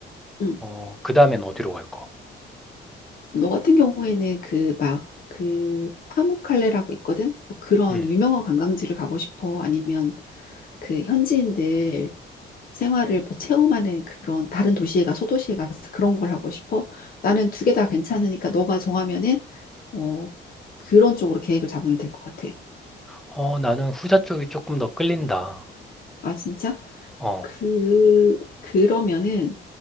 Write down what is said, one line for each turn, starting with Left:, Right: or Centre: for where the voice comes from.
Left: 응.
Centre: 어, 그 다음엔 어디로 갈 거?
Left: 너 같은 경우에는 그 막 그 파무칼레라고 있거든? 뭐 그런
Centre: 음
Left: 유명한 관광지를 가고 싶어? 아니면 그 현지인들 생활을 뭐 체험하는 그런 다른 도시에 가 소도시에 가서 그런 걸 하고 싶어. 나는 두 개 다 괜찮으니까 너가 정하면은 어 그런 쪽으로 계획을 잡으면 될 것 같아.
Centre: 어, 나는 후자 쪽이 조금 더 끌린다.
Left: 아 진짜?
Centre: 어,
Left: 그 그러면은